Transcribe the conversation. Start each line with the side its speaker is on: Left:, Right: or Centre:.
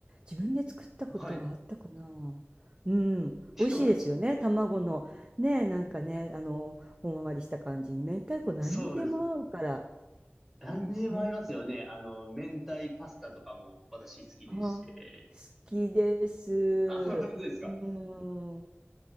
Right: 自分で作ったことはあったかなうん。
Centre: はい。結構ち、
Right: 美味しいですよね。卵の。ねえ、なんかね、あの、ほんわりした感じに。明太子何にでも合うから。
Centre: そうです。何にでも合いますよね。
Right: ね
Centre: あの、明太パスタとかも私好きでして。
Right: あ、好きです。うーん、
Centre: あ、本当ですか。